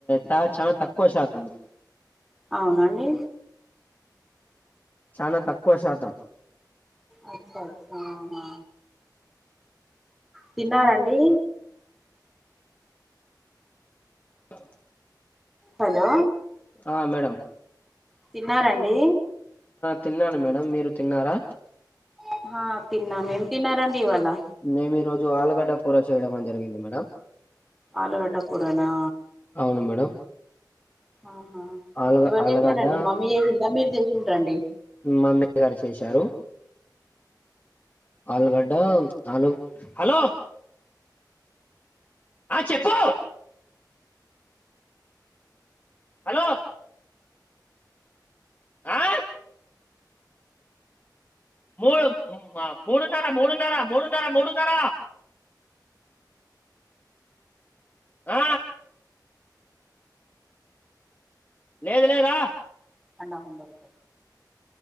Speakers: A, on the left (about 25°); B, in the centre.
A: త చానా తక్కువ శాతము.
B: అవునండి.
A: చానా తక్కువ శాతం.
B: అచ్చచ్ ఆహా తిన్నారండి
A: త
B: హలో
A: ఆ మేడం.
B: తిన్నారండి.
A: తిన్నాను మేడం, మీరు తిన్నారా.
B: ఆహా తిన్నాం ఏం తిన్నారండి ఇవాలా
A: మేము ఈ రోజు ఆలుగడ్డ కూర చేయడం మన్ జరిగింది మేడం.
B: ఆలుగడ్డ కూరన్నా
A: అవును మేడం.
B: ఆహా
A: ఆలుగ
B: ఎవరు
A: ఆలుగడ్డ
B: జెశరండీ. మమ్మీ జేశిందా మీరు జెషిండ్రా అండి.
A: ఉమ్ మమ్మీ గారు చేశారు. ఆలుగడ్డ ఆలు హలో ఆ చెప్పు హలో ఆ మూడ్ మూడు నర మూడు నర మూడు నర మూడు నర ఆ లేదులే రా
B: అండా హ ఉండకు